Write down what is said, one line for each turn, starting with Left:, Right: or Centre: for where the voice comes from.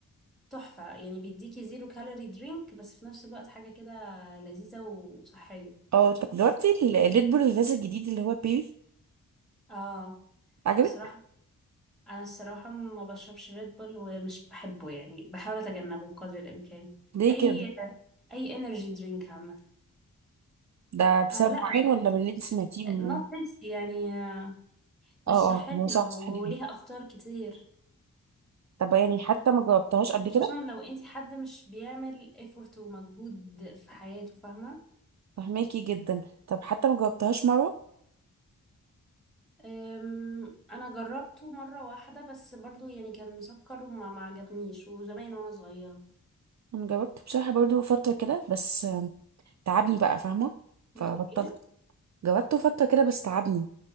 Centre: تحفة يعني بيديكي زيرو كالوري درينك بس في نفس الوقت حاجة كده لذيذة وصحية
Right: اه طب جربتي ال- الريد بول الغاز الجديد اللي هو بيبي
Centre: اه
Right: عجبك
Centre: انا الصراحة انا الصراحة ما بشربش ريد بول ومش بحبه يعني بحاول اتجنبه بقدر الامكان
Right: ليه
Centre: اي
Right: كده
Centre: اي انرجي درينك عامة
Right: ده بسبب
Centre: آه لا
Right: معين ولا من اللي انت سمعتيهم يعني
Centre: نوت هيلثي يعني آه، مش
Right: اه
Centre: صحية
Right: اه هو صح
Centre: وليها
Right: صح جدا
Centre: اخطار كتير
Right: طب يعني حتى ما جربتهاش قبل
Centre: خصوصا
Right: كده
Centre: لو انتي حد مش بيعمل effort ومجهود في حياته فاهمة
Right: فهماكي جدا طب حتى ما جربتهاش مره
Centre: أم، انا جربته مره واحده بس برضو يعني كان مسكر وما ما عجبنيش وزمان وانا صغيره
Right: انا جربت بصراحه برضو فتره كده بس آم، تعبني بقى فاهمه
Centre: بتقول
Right: فبطلت
Centre: ايه
Right: جربته فتره كده بس تعبني